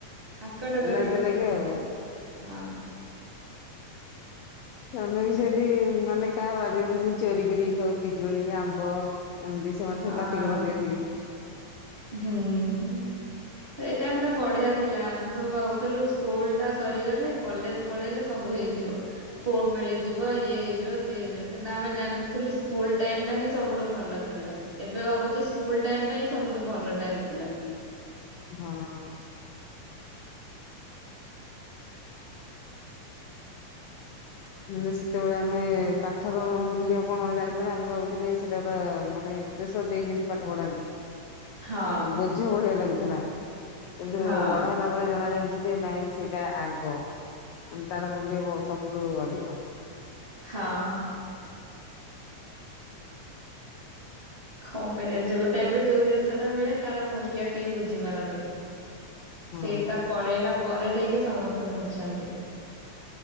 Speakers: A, on the right (about 20°); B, on the left (about 80°).
A: ଆକଟ କରି
B: ଲାଜ
A: ହବନି
B: ଲାଗେ ଆଉ
A: ହଁ।
B: ଆମେ ବି ସେମିତି ମାନେ କାହା ବାଡିରେ ବସିକି ଚୋରି କରିକି ଖାଉ ପିଜୁଳି ଆମ୍ବ ଏମିତି ସେମାନେ
A: ହଁ
B: ସବୁ ପାଟିିକି ରହନ୍ତି ଆସିକି।
A: ହୁଁ ହୁଁ ସ ଏ ଟାଇମ ଟା ବଢିଆ ଥିଲା ଆମେ ସବୁ ଭାବୁଥୁଲୁ ସ୍କୁଲ ଟା ସରିଗଲେ କଲେଜ ପଳେଇଲେ ସବୁ ହେଇଯିବ। ଫୋନ ମିଳିଯିବ ଇଏ ହେଇଯିବ ସିଏ ହେଇଯିବ କିନ୍ତୁ ଆମେ ଜାଣିନଥିଲୁ ସ୍କୁଲ ଟାଇମ ଟା ହିଁ ସବୁଠୁ ଭଲ ଥିଲା। ଏବେ ଭାବୁଚୁ ସ୍କୁଲ ଟାଇମ ଟା ହିଁ ସବୁଠୁ ଭଲ ଟାଇମ ଥିଲା।
B: ହଁ। ମାନେ ସେତୋବୋଳେ ଆମେ ପାଠର ମୂଲ୍ୟ କଣ ଜାଣିପାରିଲେ ଆମେ ଭାବୁଥୁଲେ ସେଟା ଗୋଟେ ମାନେ ପ୍ରେସର୍ ଦେଇକି ଜେନ୍ତି ପାଠ ପଢାନ୍ତି
A: ହଁ
B: ଆଉ ବୋଝୋ ଭଳିଆ ଲାଗୁଥୁଲା। କିନ୍ତୁ
A: ହଁ।
B: ବଡ ହେଲା ପରେ ଜଣ ଯାଉଛି ଯେ ନାଇଁ ସେଇଟା ଆଗ ମାନେ ତାର ମୂଲ୍ୟ ବୋ ସବୁଠୁ ଅଧିକ।
A: ହଁ। କଁ କରିବା ଯୋଉ ଟାଇମରେ ଯୋଉ ଜିନିଷ ଟା ମିଳେ ତାର ମୂଲ୍ୟ କେହି ବୁଝି ପାରନ୍ତିନି।
B: ହଁ।
A: ସେଇଟା ପଳେଇଲା ପରେ ଯାଇକି ସମସ୍ତେ ବୁଝନ୍ତି।